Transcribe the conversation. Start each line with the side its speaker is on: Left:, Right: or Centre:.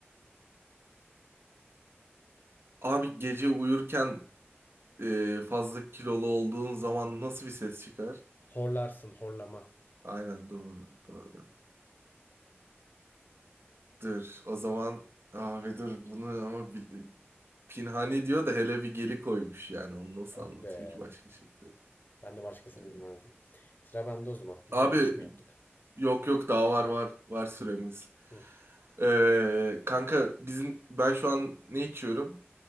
Right: Abi gece uyurken eee, fazla kilolu olduğun zaman nasıl bir ses çıkar?
Left: Horlarsın horlama.
Right: Aynen doğru doğru. Dur o zaman abi dur bunu ama bil- Pinhani diyor da hele bir geli koymuş yani onu nasıl
Left: Ah
Right: anlatayım
Left: be
Right: ki başka şekilde.
Left: ben de başkasını
Right: Yani.
Left: bilmezdim. Sıra bende o zaman. Yine
Right: Abi
Left: 3 mü yaptık?
Right: Yok yok daha var var. Var süremiz.
Left: Hı hı.
Right: Ee, kanka bizim ben şu an ne içiyorum?